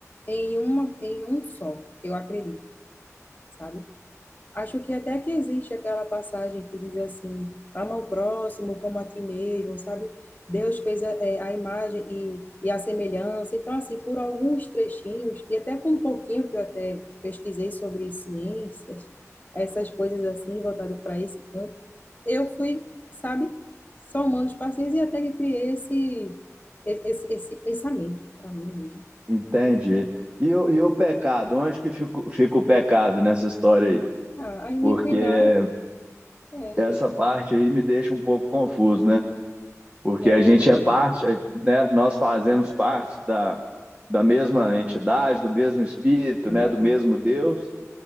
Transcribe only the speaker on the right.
entende? E, o- e o pecado, onde que fica, o- fica o pecado nessa história aí?
Porque
essa parte aí me deixa um pouco confuso, né? porque
a
gente é parte, né? Nós fazemos parte da, da mesma entidade, do mesmo espírito,
né?
Do mesmo Deus,